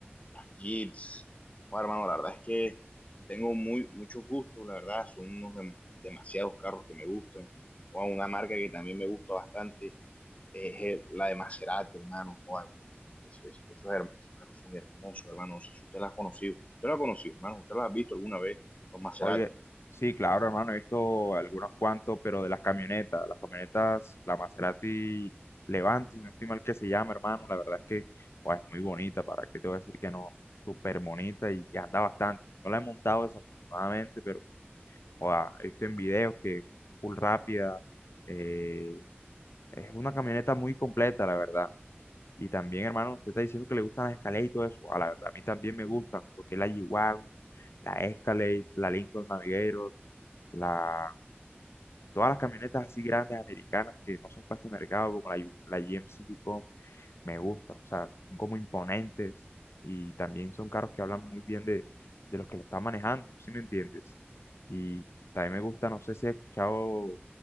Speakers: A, on the left (about 30°); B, on the left (about 80°).
A: las Jeeps. Joder, hermano, la verdad es que tengo muy, muchos gustos, la verdad, son unos dem- demasiados carros que me gustan. Joder, una marca que también me gusta bastante es el- la de Maserati, hermano. Joder, es- es- esos, her- esos carros son hermosos, hermano. No sé si usted las ha conocido. ¿Usted las ha conocido, hermano? ¿Usted las ha visto alguna vez? Los Maserati.
B: Oye, sí, claro, hermano, he visto algunos cuantos, pero de las camionetas, las camionetas, la Maserati Levante, si no estoy mal que se llama, hermano, la verdad es que oh, es muy bonita, ¿para qué te voy a decir que no? Súper bonita y, y anda bastante. No la he montado desafortunadamente, pero oh, ah, he visto en videos que full rápida, eh, es una camioneta muy completa, la verdad. Y también, hermano, usted está diciendo que le gustan las Escalade y todo eso, a la verdad, a mí también me gustan, lo que es la g la Escalade, la Lincoln Navigator la, todas las camionetas así grandes americanas que no son para este mercado, como la, Yu- la GMC Yukon, me gusta. O sea, son como imponentes y también son carros que hablan muy bien de, de los que lo están manejando, ¿sí me entiendes? Y también me gusta, no sé si has escuchado